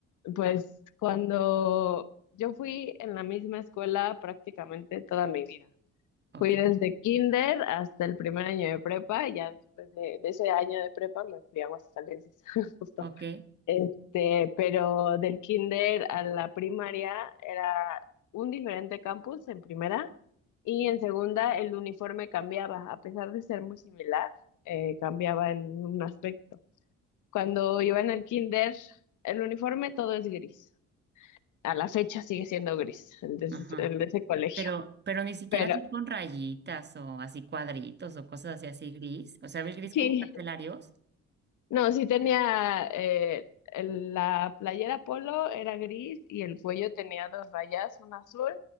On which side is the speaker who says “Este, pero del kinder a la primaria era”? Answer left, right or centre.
Left